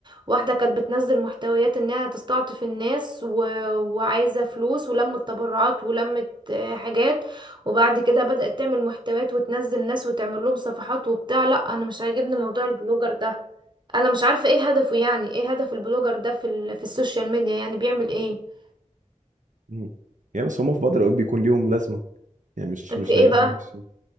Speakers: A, on the right; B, on the right.
A: واحدة كانت بتنزل محتويات انها تستعطف الناس و... وعايزة فلوس ولمت تبرعات ولمت آه، حاجات وبعد كده بدأت تعمل محتويات وتنزل ناس وتعمل لهم صفحات وبتاع لا انا مش عاجبني موضوع البلوجر ده انا مش عارفة ايه هدفه يعني ايه هدف البلوجر ده في ال... في السوشيال ميديا يعني بيعمل ايه
B: مم. يعني بس هم في بعض الاوقات بيكون ليهم لازمة يعني مش مش
A: في ايه
B: دايما
A: بقى
B: وحشين